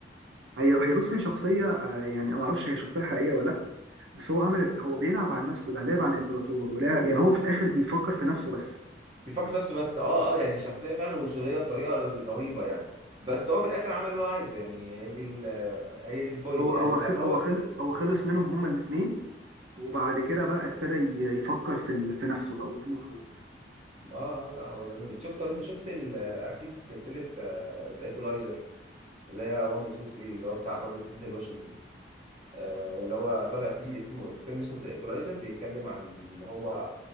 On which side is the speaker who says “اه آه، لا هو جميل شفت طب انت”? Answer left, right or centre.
Right